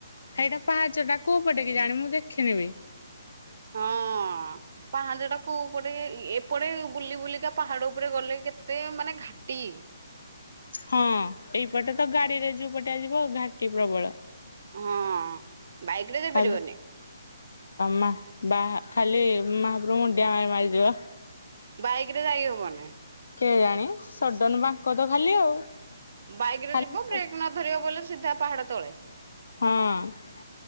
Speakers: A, on the left; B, on the right.
A: ଏଇଟା ପାହାଚ ଟା କୋଉ ପଟେ କେ ଜାଣି ମୁଁ ଦେଖିନେବି।
B: ହଁ। ହଁ ପାହାଜ ଟା କୋଉ ପଟେ ଏପଟେ ବୁଲି ବୁଲିକା ପାହାଡ ଉପରେ ଗଲେ କେତେ ମାନେ ଘା ହଟି
A: ହଁ ଏଇପଟେ ତ ଗାଡିରେ ଯୋଉ ପଟେ ଆ ଯିବ ଘାଟି ପ୍ରବଳ।
B: ହଁ ବାଇକରେ ଯାଇପାରିବନି?
A: ଖାଲି ମା ବା ଖାଲି ମହାପ୍ରଭୁଙ୍କୁ ମୁଣ୍ଡିଆ ମାରି ମାରିଯିବା।
B: ବାଇକରେ ଯାଇ ହବନି।
A: କେ ଜାଣି ସଡନ ବାଙ୍କ ତ ଖାଲି ଆଉ।
B: ବାଇକରେ
A: ଖାଲି
B: ଯିବ
A: ହଁ।
B: ବ୍ରେକ୍ ନ ଧରିବ ବଲେ ସିଧା ପାହାଡ ତଳେ।
A: ହଁ